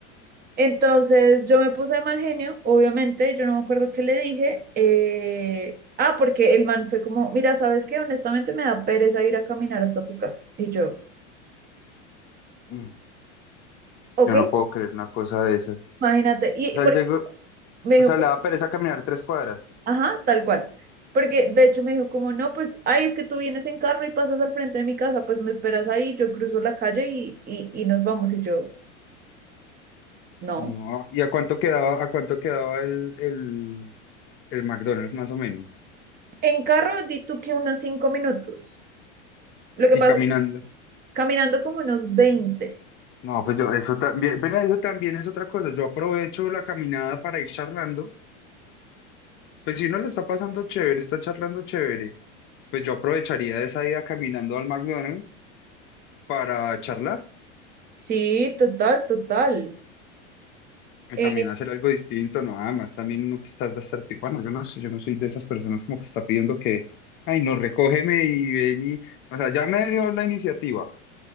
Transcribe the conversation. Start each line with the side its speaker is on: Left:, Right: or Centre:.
Right: Entonces yo me puse de mal genio, obviamente, yo no me acuerdo qué le dije. eh, ah, porque el man fue como, mira, ¿sabes qué? Honestamente me da pereza ir a caminar hasta tu casa. Y yo,
Left: Mm,
Right: ok,
Left: Yo no puedo creer una cosa de esas. O
Right: imagínate. Y
Left: sea,
Right: porque
Left: él llegó,
Right: me dijo,
Left: o sea, le
Right: como,
Left: daba pereza caminar tres cuadras.
Right: ajá, tal cual. Porque de hecho me dijo como, no, pues, ay, es que tú vienes en carro y pasas al frente de mi casa, pues me esperas ahí, yo cruzo la calle y, y, y nos vamos. Y yo, no.
Left: No, ¿y a cuánto quedaba, a cuánto quedaba el, el, el McDonald's más o menos,
Right: En carro di tú que unos cinco minutos. Lo que
Left: y
Right: pasa
Left: caminando.
Right: es que caminando como unos 20.
Left: No, pues yo, eso también, ven, eso también es otra cosa. Yo aprovecho la caminada para ir charlando. Pues si uno le está pasando chévere, está charlando chévere, pues yo aprovecharía esa ida caminando al McDonald's para charlar
Right: Sí, total, total.
Left: y
Right: Eh,
Left: también hacer algo distinto, no, además también uno que está, va a estar, pi- bueno, yo no sé, yo no soy de esas personas como que está pidiendo que, ay, no, recógeme y ven y, o sea, ya me dio la iniciativa